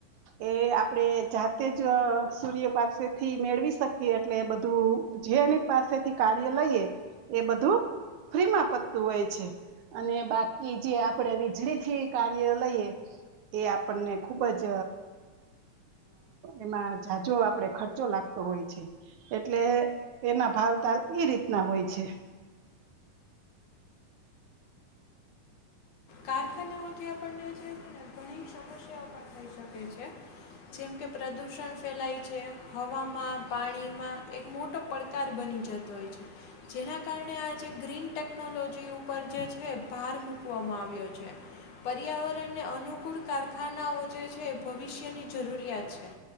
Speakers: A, on the right; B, on the left.
A: એ આપડે જાતે જ સૂર્ય પાસેથી મેળવી શકીએ એટલે બધું જેની પાસેથી કાર્ય લઈએ એ બધું ફ્રી માં પત્તું હોય છે, અને બાકી જે આપણે વીજળીથી કાર્ય લઈએ એ આપણને ખુબ જ એમાં જાજો આપણે ખર્ચો લાગતો હોય છે, એટલે એના ભાવ ત એ રીતના હોય છે.
B: કારખાનાઓથી આપણને જેને ઘણી સમસ્યા પણ થઈ શકે છે, જેમ કે પ્રદુષણ ફેલાય છે હવામાં પાણીમાં એક મોટો પડકાર બની જતો હોય છે, જેના કારણે આ જે ગ્રીન ટેકનોલોજી ઉપર જે છે ભાર મૂકવામાં આવે પર્યાવરણને અનુકૂળ કારખાનાઓ જે છે, એ ભવિષ્યની જરૂરિયાત છે,